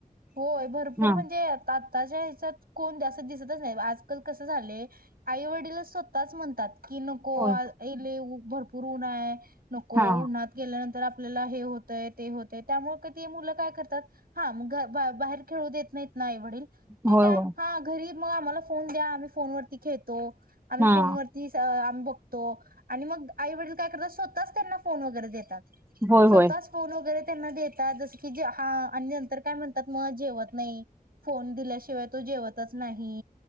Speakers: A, on the right (about 80°); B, on the right (about 15°).
A: होय भरपूर
B: हा
A: म्हणजे आत्ताच्या ह्याच्यात कोण असं दिसतच नाही आज कस झाले? आई वडील स्वतःच म्हण की नको
B: होय
A: <unintelligible> भरपूर ऊन आहे. नको
B: हा
A: उन्हात गेल्यानंतर आप आपल्याला हे होतंय ते होत त्यामुळे ती मुलं काय करतात ह बाहेर खेळू देत नाही नाही वडील ठीक
B: होय
A: आहे
B: होय
A: हा घरी मग आम्हाला फोन द्या आम्ही फोनवररती खेळतो आम्ही
B: हा
A: फोन वरती आ बगतो आणि मग आई वडील काय करत स्वतः त्यांना फोन वगैरे देतात
B: होय
A: स्वतः
B: होय
A: च फोन वगैरे त्यांना देेतात जस की हा आणि नंतर काय म्हणतात मग जेवत नाही, फोन दिल्याशिवाय तो जेवतच नाही